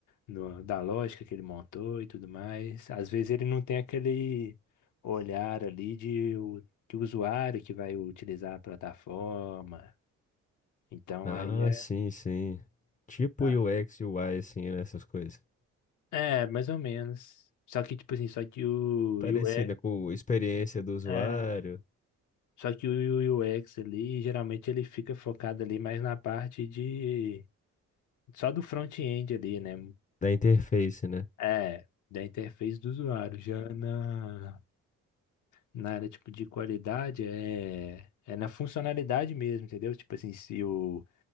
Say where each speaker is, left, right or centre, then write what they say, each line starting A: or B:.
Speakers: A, on the left; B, on the left.
A: do- da lógica que ele montou e tudo mais. Às vezes ele não tem aquele olhar ali de o, de usuário que vai utilizar a plataforma. Então
B: Ah,
A: aí é.
B: sim, sim. Tipo
A: ah,
B: U X, e UI, assim, né? Essas coisas.
A: É, mais ou menos. Só que, tipo assim, só que o
B: Parecido,
A: UX,
B: né? Com experiência do usuário,
A: é, só que o UX ali, geralmente ele fica focado ali mais na parte de. Só do front-end ali, né?
B: da interface, né?
A: É, da interface do usuário. Já na. na área tipo de qualidade é é na funcionalidade mesmo, entendeu? Tipo assim, se o